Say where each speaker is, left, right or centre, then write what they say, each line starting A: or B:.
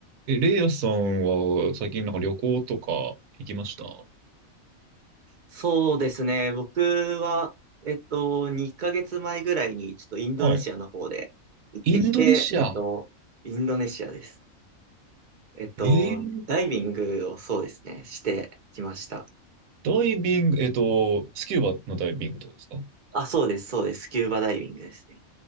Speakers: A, on the right; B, on the right.
A: え、レイヤさんは最近なんか旅行とか行きました
B: そうですね。僕は、えっと、2ヶ月前ぐらいに、ちょっとインドネシアの方で行ってきて、
A: はい。インドネシア。
B: えっと、インドネシアです。えっと、
A: えー
B: ダイビングをそうですね、してきました。
A: ダイビング、えっと、スキューバのダイビングとかですか
B: あ、そうです、そうです。スキューバダイビングですね。